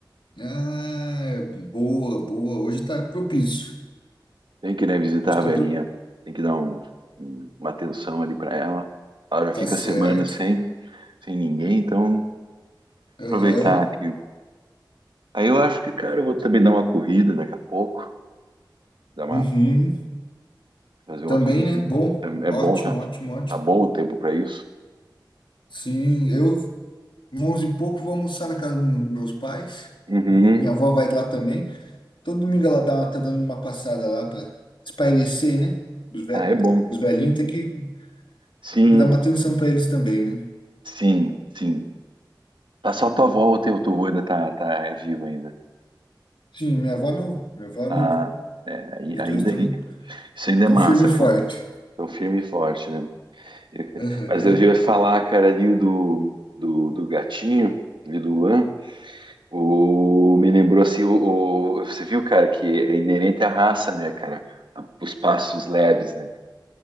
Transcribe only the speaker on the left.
Ah, boa, boa. Hoje tá propício.
Hoje
tá,
pro...
tá
certo.
Aham.
Uhum.
Também,
né? Bom.
Ótimo,
ótimo, ótimo.
Sim, eu, onze e pouco, vou almoçar na casa do- dos meus pais.
Minha avó vai lá também. Todo domingo ela dá, tá dando uma passada lá para espairecer, né? Os, ve
os velhinhos tem que,
tem que dar uma atenção para eles também, né?
Sim, minha avó e meu avô. Minha avó e
meu avô.
Os
dois estão
tão
tão firme e forte.
Aham.